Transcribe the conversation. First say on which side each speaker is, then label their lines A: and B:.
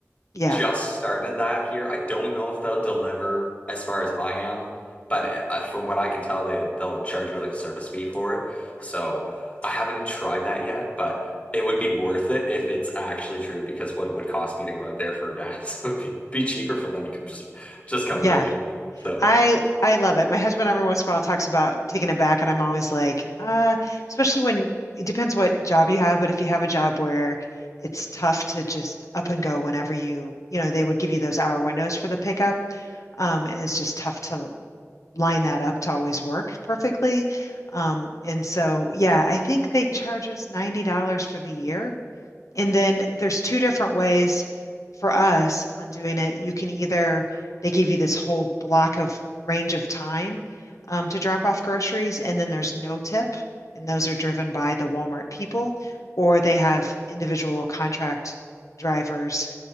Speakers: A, on the left; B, on the left.
A: yeah,
B: just started that here. I don't know if they'll deliver as far as I am, but uh, from what I can tell, they they'll charge you like a service fee for it. So I haven't tried that yet, but it would be worth it if it's actually true because what it would cost me to go out there for gas <laughs> would be, be cheaper for them to come just just come
A: yeah.
B: bring it. So
A: I I love it. My husband every once in a while talks about taking it back, and I'm always like, uh, especially when it depends what job you have, but if you have a job where it's tough to just up and go whenever you, you know, they would give you those hour windows for the pickup, um, and it's just tough to line that up to always work perfectly. Um, and so, yeah, I think they charge us $90 for the year. And then there's two different ways for us on doing it. You can either, they give you this whole block of range of time um, to drop off groceries, and then there's no tip, and those are driven by the Walmart people, or they have individual contract drivers